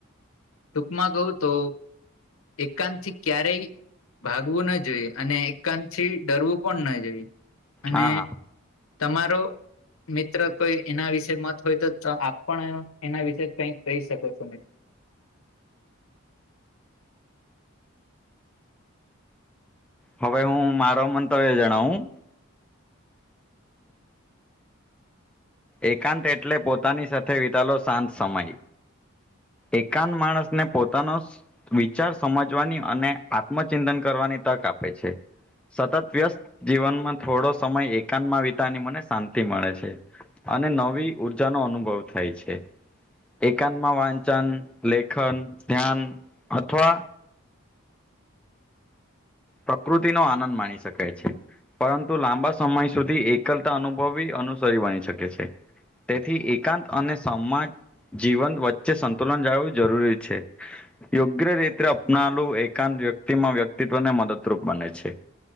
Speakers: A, on the left; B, in the centre.
A: માંગઉ તો. એકાંત થી ક્યારેય ભાગવું ના જોઈએ અને એકાંત પછી ડરવું પણ ન જોઈ અને
B: હા હા
A: તમારો મિત્ર કોઈ એના વિશે મત હોય તો આપ પણ એના વિશે કઈક કહી શકો છો મિત્ર
B: હવે હું મારો મંતવ્ય જણાવું. એકાંત એટલે પોતાની સાથે વિતાલો શાંત સમય એકાંત માણસ ને પોતાનો વિચાર સમજવાની અને આત્મચિંતન કરવાની તક આપે છે. સતત વ્યસ્ત જીવનમાં થોડો સમય એકાંતમાં વિતાની મને શાંતિ મળે છે. અને નવી ઉર્જાનોો અનુભવ થાય છે એકાંતમાં વાંચ વન લેખન ધ્યાન અથવા પ્રકૃતિ નો આનંદ માણી શકાય છે. પરંતુ લાંબા સમય સુધી એકલતા અનુભવી અનુસરી બની શકે છે. તેથી એકાંત અને સમાજ જીવન વચ્ચે સંતુલન જાળવું જરૂરી છે. યોગ્ય રીતે અપનાલું એકાંત વ્યક્તિમાં વ્યક્તિત્વને મદદરૂપ બને છે.